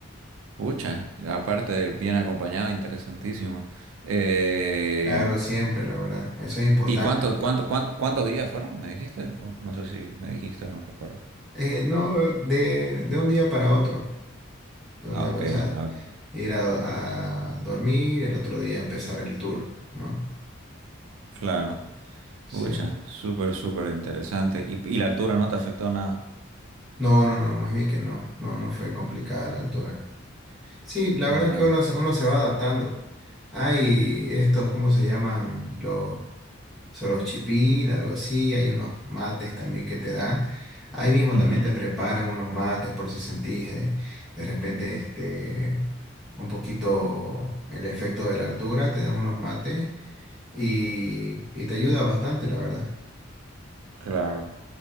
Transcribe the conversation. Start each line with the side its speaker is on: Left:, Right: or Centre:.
Right: Pucha, aparte, bien acompañado, interesantísimo. Eh,
Centre: Claro, siempre, la verdad, eso es importante.
Right: ¿y cuántos, cuánto, cuán- cuántos días fueron? ¿Me dijiste? O no sé si me dijiste o no recuerdo.
Centre: Eh, no, de, de un día para otro, de un
Right: Ah,
Centre: día para,
Right: ok,
Centre: o sea,
Right: ah, ok,
Centre: ir a, a dormir y el otro día empezar el tour, ¿no?
Right: claro.
Centre: Sí.
Right: Pucha, súper, súper interesante. ¿Y, y la altura no te afectó nada?
Centre: No, no, no, más bien que no, no, no fue complicada la altura. Sí, la
Right: Ajá.
Centre: verdad que uno, se- uno se va adaptando. Hay estos, ¿cómo se llaman? Los sorochipil, algo así. Hay unos mates también que te dan. Ahí mismo
Right: ujú.
Centre: también te preparan unos mates por si sentís eh, de repente este, un poquito el efecto de la altura. Te dan unos mates y, y te ayuda bastante, la verdad.
Right: Claro,